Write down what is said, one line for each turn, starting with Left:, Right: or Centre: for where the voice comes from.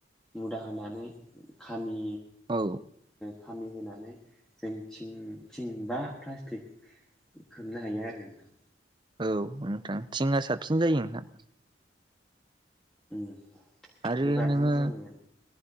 Centre: मुदा होनानै खामि
Right: औ
Centre: खामि होनोनानै जों थिं थिं बा प्लास्टिक खोबनो हायो आरो नोंथां।
Right: औ नोंथां थिंआ साबसिन जायो नोंथां।
Centre: उम।
Right: आरो
Centre: बेबादिनो
Right: नोङो
Centre: जोङो